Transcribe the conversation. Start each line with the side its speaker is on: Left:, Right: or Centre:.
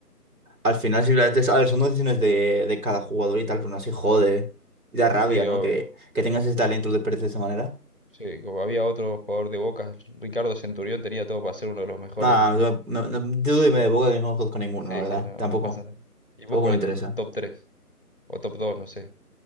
Right: al final simplemente es... A ver, son decisiones de, de cada jugador y tal, pero no así jode. Y da rabia,
Left: Sí,
Right: ¿no?
Left: obvio.
Right: Que, que tengas ese talento de perderse de esa manera.
Left: Sí, como había otro jugador de Boca, Ricardo Centurión tenía todo para ser uno de los mejores
Right: Nada,
Left: y
Right: yo no, no, dudo y me de boca que no conozco ninguno,
Left: Sí,
Right: la verdad.
Left: sí, no,
Right: Tampoco,
Left: no pasa nada. ¿Y vos
Right: tampoco
Left: cuál
Right: me interesa.
Left: es tu top tres O top dos no sé.